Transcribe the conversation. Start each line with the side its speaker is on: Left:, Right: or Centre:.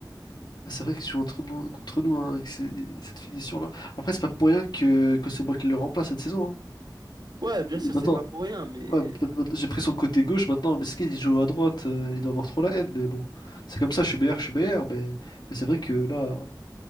Left: Ah, C'est vrai qu'ils jouent entre nous, contre nous hein, avec ces- cette finition-là. Après, c'est pas pour rien que, que c'est moi qui le remplace cette saison.
Right: Ouais, bien sûr,
Left: hein. Et maintenant,
Right: c'est pas pour rien, mais...
Left: Ouais, ma- ma- j'ai pris son côté gauche maintenant, Meskin il joue à droite, euh, il doit avoir trop la haine, mais bon. C'est comme ça, je suis meilleur, je suis meilleur, mais, mais c'est vrai que là,